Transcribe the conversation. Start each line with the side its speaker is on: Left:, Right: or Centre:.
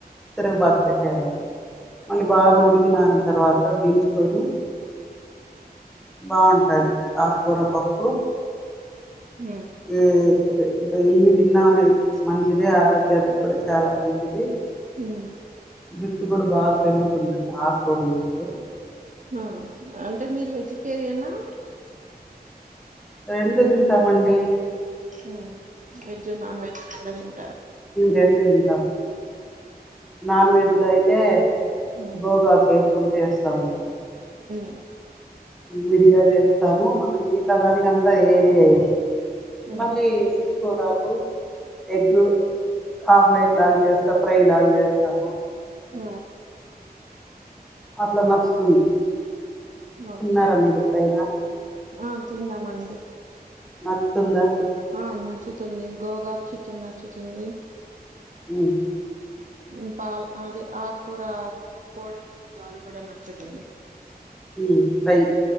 Centre: తిరగబాత పెట్టేవన్ని మళ్ళీ బాగా ఉడికిన తర్వాత దించుకొని. బావుంటది ఆకుకూర పప్పు
Right: ఉమ్
Centre: ఉ డైలీ తిన్న మంచిదే ఆరోగ్య కూడా చాల మంచిది.
Right: హూ
Centre: జుట్టు కూడా బాగా పెరుగుతుందంట ఆక్కూరలు తింటే.
Right: ఆ, అంటే మీరు వెజిటేరియనా?
Centre: రెండు తింటామండి.
Right: ఉమ్ వెజ్ నాన్ వెజ్ రెండు తింటారు.
Centre: రెండు తింటాం నాన్ వెజ్ లో అయితే
Right: ఉమ్
Centre: గోగాకేసి గూడ జేస్ టము
Right: ఉ
Centre: విడిగా జేస్తాము, మనం ఈ తరానికి అం ఏది ఐ
Right: ఉమ్
Centre: మళ్ళీ సిరి కూరాకు ఎగ్
Right: ఉమ్
Centre: ఆమ్లెట్ లాగ జేస్త ఫ్రై లాగా చేస్ టము
Right: ఊ
Centre: అట్ల నచ్చుతుంది
Right: ఓకె
Centre: తిన్నారా మీరు ఎప్పుడైనా
Right: అం తిన్నామండి
Centre: వస్తుందా
Right: ఆ నచ్చుతుంది గోగాక్ చికెన్ నచ్చుతుంది
Centre: హుం
Right: ఉ పాల్ అదే ఆక్కుర కోడి గుడ్డు <unintelligible> కూడా నచ్చుతుంది
Centre: హు రై